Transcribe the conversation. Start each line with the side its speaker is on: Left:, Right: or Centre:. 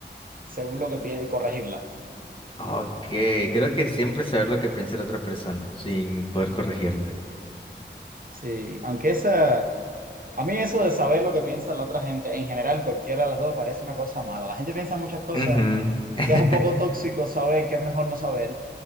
Right: según lo que piensa y corregirla.
Left: ok, creo que siempre saber lo que piensa la otra persona sin poder corregirla.
Right: Sí, aunque esa, a mí eso de saber lo que piensa la otra gente, en general cualquiera de las dos me parece una cosa mala. La gente piensa muchas cosas
Left: Ujú. <laughs>
Right: que es un poco tóxico saber, que es mejor no saber.